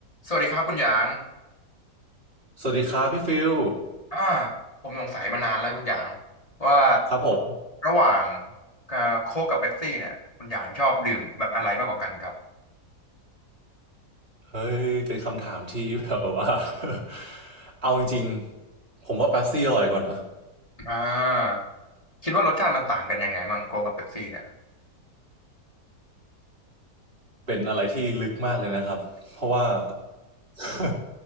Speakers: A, on the left; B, on the right.
A: สวัสดีครับคุณหยาง
B: สวัสดีครับพี่ฟิล
A: อ่าผมสงสัยมานานแล้วคุณหยางว่า
B: ครับผม
A: ระหว่างเอ่อโค้กกับเป๊ปซี่เนี่ยคุณหยางชอบดื่มแบบอะไรมากกว่ากันครับ
B: เฮ้ยเป็นคำถามที่แบบว่า <laughs> เอาจริงๆผมว่าเป๊ปซี่อร่อยกว่านะ
A: อ่าคิดว่ารสชาติมันต่างกันยังไงมั่งโค้กกับเป๊ปซี่เนี่ย
B: เป็นอะไรที่ลึกมากเลยนะครับเพราะว่า <laughs>